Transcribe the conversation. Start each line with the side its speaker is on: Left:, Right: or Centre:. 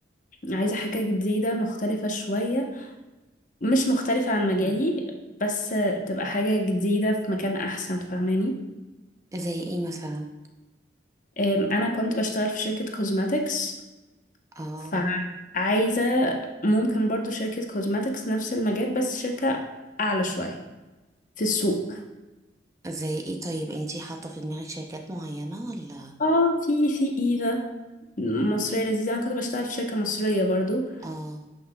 Left: عايزة حاجة جديدة مختلفة شوية مش مختلفة عن مجالي
Right: مم.
Left: بس تبقى حاجة جديدة في مكان احسن فاهماني
Right: زي ايه مثلا
Left: أم، انا كنت بشتغل في شركة كوزماتكس
Right: اه
Left: فعايزة ممكن برضو شركة كوزماتكس نفس المجال بس شركة اعلى شوية في السوق
Right: زي ايه طيب انتي حاطة في دماغك شركات معينة ولا
Left: اه في في ايفا مصرية لذيذة انا كنت بشتغل في شركة مصرية برضو
Right: اه